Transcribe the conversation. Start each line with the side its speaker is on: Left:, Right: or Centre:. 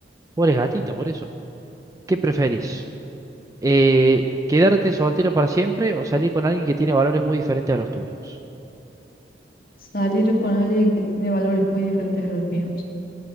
Right: Pobre gatito, por eso. ¿Qué preferís? Eh, ¿quedarte soltero para siempre o salir con alguien que tiene valores muy diferentes a los tuyos?
Left: Salir con alguien que tiene valores muy diferentes a los míos.